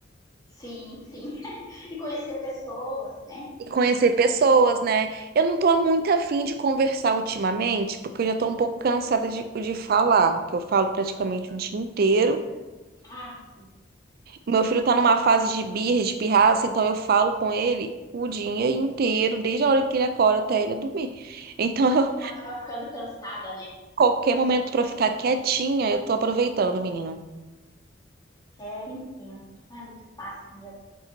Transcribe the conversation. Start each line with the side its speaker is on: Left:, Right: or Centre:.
Left: sim, sim. <laughs> E conhecer pessoas, né?
Right: E conhecer pessoas, né? Eu não tô muito afim de conversar ultimamente, porque eu já tô um pouco cansada de, de falar, que eu falo praticamente o dia inteiro.
Left: Ah, sim.
Right: Meu filho tá numa fase de birra, de pirraça, então eu falo com ele o dia inteiro, desde a hora que ele acorda até ele dormir. Então, <laughs> eu-
Left: Eu tava ficando cansada, né?
Right: qualquer momento pra eu ficar quietinha, eu tô aproveitando, menino.
Left: É, eu entendo. Não é muito fácil mesmo.